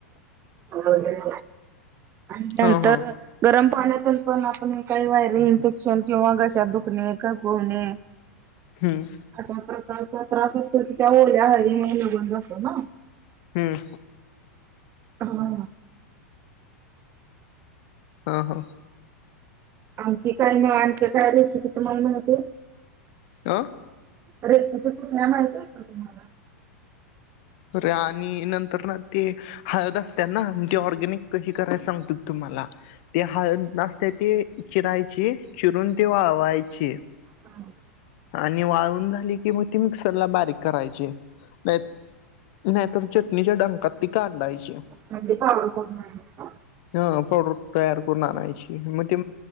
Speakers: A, on the right; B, on the left.
A: वगैर आणि नंतर
B: हा हा
A: गरम पाण्यातून पण आपण काही व्हायरल इन्फेक्शन किंवा घशात दुखणे का खवखवणे
B: हम्म
A: अशा प्रकारचा त्रास असतो की त्या ओल्या हळदीमुळे निघून जातो ना
B: हम्म
A: हा
B: हा हा
A: आणखी काय म आणख काय रेसिपी तुम्हाला माहिती
B: ह
A: रे तिथ कुठल्या माह आहे का तुम्हाला
B: े आणि नंतर तर ना ते हळद असत ना ते ऑर्गॅनिक कशी कराय सांगत तुम्हाला ते हळ नसते ते चिरायची चिरून ते वावायची
A: हम
B: आणि वाळून झाली की मग त मिक्सरला बारीक करायची नाही तर चटणीच्या डंकात ती काा आणडायची
A: म्हणे पावळ करून नाही असत
B: ह प्रॉडर तयार करून आणायची मग ते